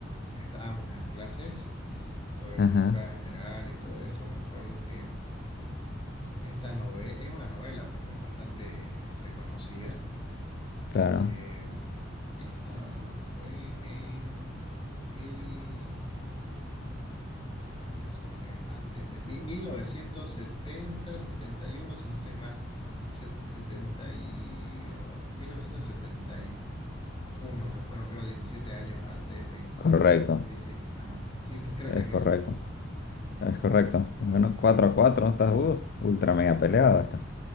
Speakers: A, on the left; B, on the left.
A: estábamos en las clases sobre
B: Ajá.
A: cultura general y todo eso, me acuerdo que esta novela, es una novela pues bastante reconocida.
B: Claro.
A: Eh, esta fue en mil, creo que son, es antes de mi- mil novecientos setenta, setenta y uno si no estoy mal, se- 70 y, ah, 1971, que fueron creo 17 años antes de
B: Correcto.
A: Sí, sí, ajá. Sí, te- creo
B: Es
A: que es
B: correcto.
A: esa.
B: Es correcto.
A: Sí.
B: Bueno, 4 a 4, ¿no Estás uh, ultra mega peleada. Está.